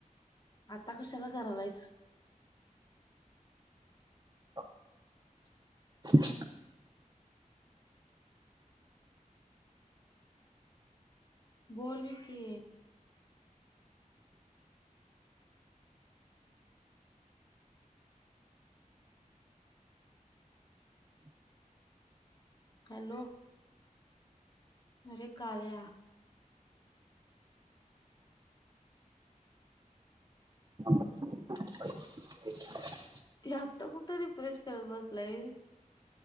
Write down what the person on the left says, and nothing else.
आता कशाला करायलास?
बोल की हॅलो. अरे कळ्या.
ते आत्ता कुठं रिफ्रेश करत बसलाईस.